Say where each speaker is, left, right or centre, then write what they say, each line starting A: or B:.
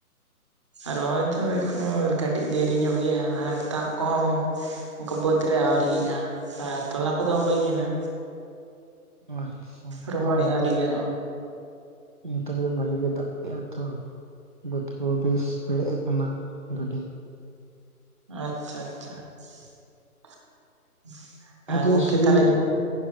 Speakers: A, on the right (about 20°); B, on the right (about 35°).
A: ᱨᱚᱦᱚᱭ ᱫᱚ ᱮᱠᱷᱚᱱᱳ ᱠᱟᱹᱴᱤᱡ ᱫᱮᱨᱤ ᱧᱚᱜ ᱜᱮᱭᱟ ᱟᱨ ᱫᱟᱜ ᱠᱚᱦᱚᱸ ᱚᱱᱠᱟ ᱵᱟᱹᱫᱽ ᱨᱮ ᱟᱹᱣᱨᱤᱭᱟᱜᱼᱟ ᱟᱨ ᱛᱚᱞᱟ ᱠᱚᱫᱚ ᱦᱩᱭ ᱠᱟᱱᱟ᱾
B: ᱟᱪᱪᱷᱟ
A: ᱨᱚᱦᱚᱭ
B: <unintelligible>
A: ᱟᱹᱣᱨᱤ ᱜᱟᱱᱚᱜᱼᱟ
B: ᱱᱮᱛᱮ ᱫᱚ ᱵᱷᱟᱜᱮ ᱜᱮ ᱫᱟᱜ ᱠᱮᱜᱼᱟᱭ ᱛᱚ ᱵᱟᱹᱫᱽ ᱠᱚ ᱵᱮᱥ ᱯᱮᱨᱮᱡ ᱟᱠᱟᱱᱟ ᱜᱟᱹᱰ
A: ᱟᱪᱪᱷᱟ ᱟᱪᱪᱷᱟ
B: ᱟᱫᱚ
A: ᱜᱚᱝᱠᱮ
B: ᱥᱩᱨᱩ
A: ᱛᱟᱦᱚᱞᱮ ᱧᱩᱛᱩᱢ
B: ᱚᱲᱟᱜ